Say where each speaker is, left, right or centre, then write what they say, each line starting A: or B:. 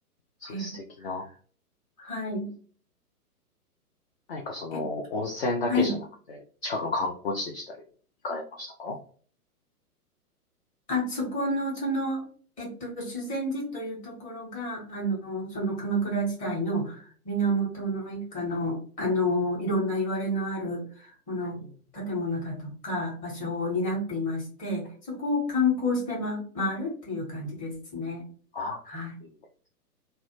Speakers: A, on the left; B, on the left.
A: そういう素敵な。
B: え、はい。
A: 何かその、
B: え、
A: 温泉だけじゃなくて、
B: はい。
A: 近くの観光地でしたり、行かれましたか
B: あ、そこの、その、えっと、修善寺というところが、あの、その鎌倉時代の源の一家の、あの、いろんな言われのある、この、
A: うん。
B: 建物だとか、場所を担っていまして、そこを観光してま、回るっていう感じですね。
A: あ、
B: はい。
A: いいね。